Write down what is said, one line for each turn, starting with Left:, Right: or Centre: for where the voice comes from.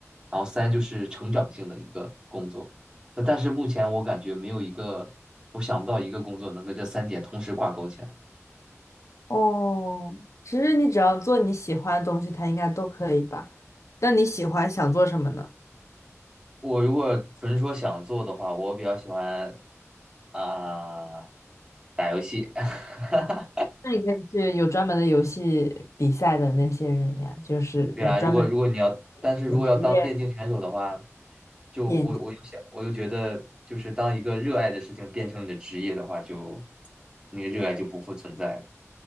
Right: 然后三就是成长性的一个工作。那但是目前我感觉没有一个，我想不到一个工作能跟这三点同时挂钩起来。
Left: 哦，其实你只要做你喜欢的东西，它应该都可以吧？那你喜欢想做什么呢？
Right: 我如果纯说想做的话，我比较喜欢啊、打游戏。<laughs>
Left: 那你可以去有专门的游戏比赛的那些人呀，就是有专门
Right: 对啊，如果如果你要，但是如果要当电竞选手的话，
Left: 有职业
Right: 就我我又想，
Left: 电竞
Right: 我又觉得就是当一个热爱的事情变成你的职业的话，就那个热爱就不复存在了。